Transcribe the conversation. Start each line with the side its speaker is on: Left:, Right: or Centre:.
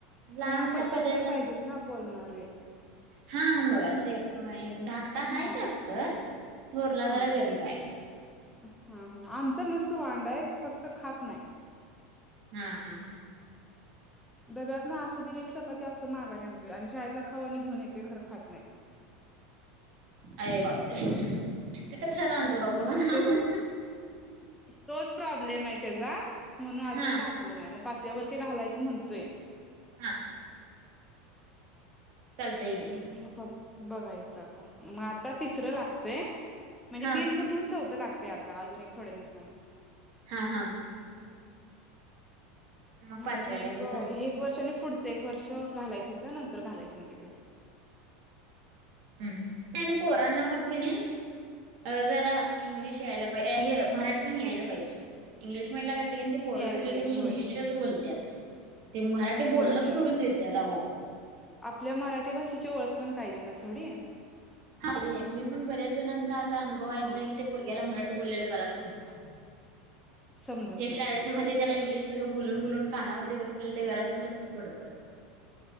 Right: लांबच्या
Centre: किंवा प
Right: पल्ल्याला
Centre: चॅप्टर पाहिजेत ना बोलणारे
Right: हा बघा से धाकटा
Centre: हम्म
Right: हाय चॅप्टर थोरला
Centre: हा
Right: जरा गरीब बाय
Centre: हा हा आमचा मस्त वांडा आहे फक्त खात नाही
Right: हा
Centre: डब्यात ना असं दिलेली चपाती अस अस माघारी आणतोय आणि शाळेतला खाऊ आनी घेऊन येतय खरं खात नाही.
Right: अरे बापरे ते तर कशालातो
Centre: हा
Right: बाबा म्हणा.
Centre: मग त्याचा तोच प्रब्लेम आहे त्याचा म्हणून अजून
Right: हा
Centre: घात लं नाही मग पाचव्या वर्षी घालायचं म्हणतोय.
Right: हा. चालतय की.
Centre: म पाहु. बघायचं आता मग आता तिसरं लागतय म्हणजे
Right: हा
Centre: तीन पूर्णहून चौथं लाग ते आता अजून एक थोड्या दिवसान.
Right: हा हा‌. मग
Centre: ना
Right: पाचव्याला
Centre: अजून एक,
Right: होय चालतय
Centre: एक वर्ष आणि पुढचं एक वर्ष घालायचं नंतर घालायचं मग तिकड.
Right: हम्म त्यान पोरांना पण का नाही. जरा इंग्लिश यायला पाहिजे अ हे मराठी पण यायला पाहिजे इंग्लिश म्हटलं का ते अन ते पोर
Centre: यायला
Right: सगळीका
Centre: पाहिजे
Right: नाही
Centre: होय
Right: इंग्लिशच बोलत्यात. ते मराठी बोलणंच
Centre: बोलत्यात
Right: सोडून देतात आहो.
Centre: आपल्या मराठी भाषेची ओळख पण पाहिजे ना थोडी.
Right: ह म्हजे मी पण बऱ्याच जणांचा असा अनुभव ऐकलाय
Centre: हा
Right: कि ते पोरग्याला मराठी बोललेल घरात समजत नाही
Centre: समजत
Right: ते
Centre: नाही
Right: शाळेत. म्हणजे त्याला इंग्लिश सगळं बोलून, बोलून कानावर
Centre: हा
Right: तेच बसलेल ते घरात येऊन तसंच बड बडतय.